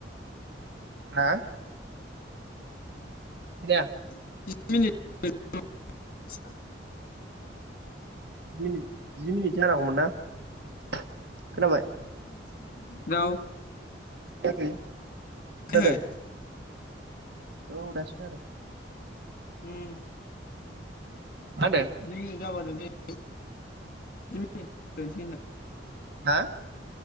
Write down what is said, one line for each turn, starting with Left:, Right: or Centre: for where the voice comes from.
Right: हा खोनाया
Left: <inaudible>
Right: जि मिनिट जि मिनिट जानांगौमोन ना खोनाबाय
Left: <inaudible>
Right: <unintelligible>
Left: खोनायाखै
Right: खोनादों औ दासो खोनादों
Left: उम
Right: मा होनदों
Left: जि मिनित जाबा दोनसै जि मिनिट जाबा दानसै होनदां
Right: हा